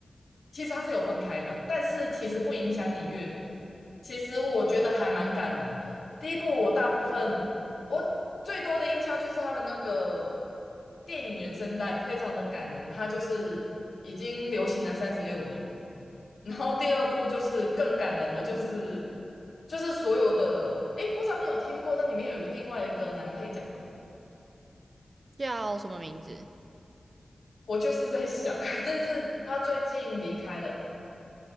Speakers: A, on the left; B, on the right.
A: 其实它是有分开的，但是其实不影响你阅读。其实我觉得还蛮感人的。第一部我大部分我最多的印象就是它的那个电影原声带非常的感人，它就是已经流行了三十六年，然后第二部就是更感人的，就是就是所有的，哎，不知道你有听过，那里面有一个另外一个男配角，
B: 叫什么名字？
A: 我就是在想，<laughs> 但是他最近离开了